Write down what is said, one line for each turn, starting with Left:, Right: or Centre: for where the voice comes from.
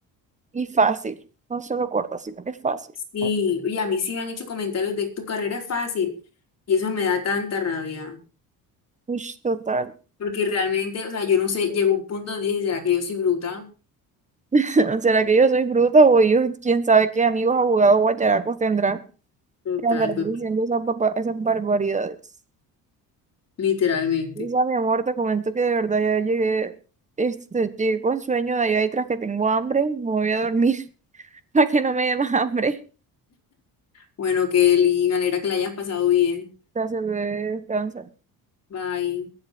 Right: Y fácil, no solo corta, sino que es fácil.
Left: Sí,
Right: ¿no?
Left: y a mí sí me han hecho comentarios de tu carrera es fácil y eso me da tanta rabia,
Right: Uy, total.
Left: porque realmente, o sea, yo no sé, llegó un punto donde dije, ¿será que yo soy bruta?
Right: <laughs> ¿Será que yo soy bruta o ellos, quién sabe qué amigos abogados guacharacos tendrán
Left: Total,
Right: que andar
Left: total,
Right: diciendo esas, baba- esas barbaridades?
Left: literalmente.
Right: Isa, mi amor, te comento que de verdad ya llegué, este, llegué con sueño de allá y tras que tengo hambre, me voy a dormir <laughs> para que no me dé más hambre.
Left: Bueno, Kelly, me alegra que la hayas pasado bien.
Right: Gracias, bebé, descansa.
Left: Bye.